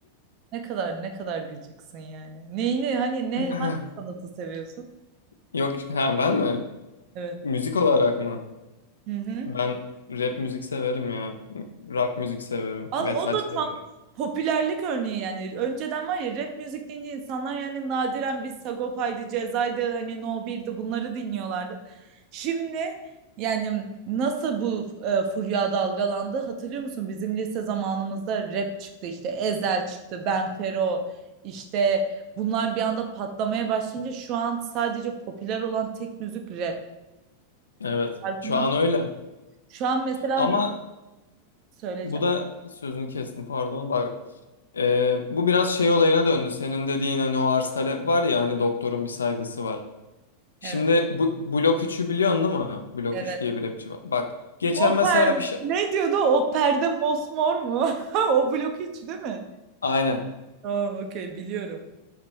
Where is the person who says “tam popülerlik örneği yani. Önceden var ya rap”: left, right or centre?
Right